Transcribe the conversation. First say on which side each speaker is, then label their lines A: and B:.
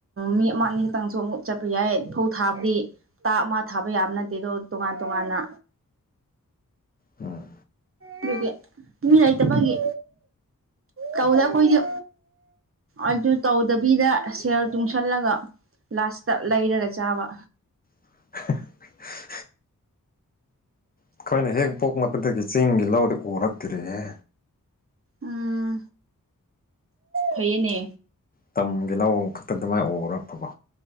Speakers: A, on the right; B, on the left.
A: ꯃꯤ ꯑꯃ ꯑꯅꯤ ꯈꯛꯇꯪꯁꯨ ꯑꯃꯨꯛꯁꯨ ꯆꯠꯄ ꯌꯥꯏ ꯐꯧ ꯊꯥꯕꯗꯤ ꯇꯥ ꯑꯃ ꯊꯥꯕ ꯌꯥꯕ ꯅꯠꯇꯦ ꯇꯣꯉꯥꯟ ꯇꯣꯉꯥꯟꯅ
B: ꯎꯝ
A: ꯑꯗꯨꯒꯤ ꯃꯤ ꯂꯩꯇꯕꯒꯤ ꯀꯧꯗ ꯑꯩꯈꯣꯏꯖꯨ ꯑꯗꯨ ꯇꯧꯗꯕꯤꯗ ꯁꯔ ꯇꯨꯡꯁꯜꯂꯒ ꯂꯥꯁꯇ ꯂꯩꯔꯒ ꯆꯥꯕ
B: <unintelligible> ꯑꯩꯈꯣꯏꯅ ꯍꯦꯛ ꯄꯣꯛꯂꯛꯄꯗꯒꯤ ꯆꯦꯡꯒꯤ ꯂꯧꯗꯤ ꯎꯔꯛꯇꯔꯤꯍꯦ
A: ꯎꯝ ꯐꯏꯌꯦꯅꯦ
B: ꯇꯝꯒꯤ ꯂꯧ ꯈꯛꯇ ꯑꯗꯨꯃꯥꯏꯅ ꯎꯔꯛꯄꯀꯣ